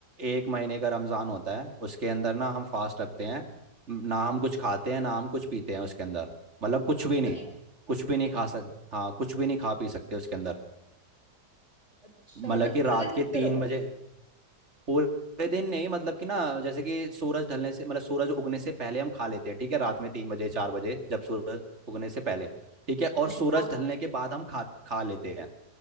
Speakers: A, on the right; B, on the right.
A: एक महीने का रमज़ान होता है उसके अंदर ना हम फास्ट रखते हैं ना हम कुछ खाते हैं ना हम कुछ पीते हैं उसके अंदर मतलब कुछ
B: रोज
A: भी
B: होता
A: नहीं
B: ही है ये?
A: कुछ भी नहीं खा सक हाँ कुछ भी नहीं खा पी सकते उसके अंदर
B: अच्छा
A: मतलब
B: मतलब
A: कि
B: पूरे
A: रात
B: दिन
A: के
B: भूखे
A: तीन
B: रहो
A: बजे पूरे दिन नहीं मतलब कि ना जैसे कि सूरज ढलने से मतलब सूरज उगने से पहले हम खा लेते हैं ठीक है रात में तीन बजे चार बजे जब सूरज उगने से पहले ठीक है और
B: अच्छा
A: सूरज ढलने के बाद हम खा खा लेते हैं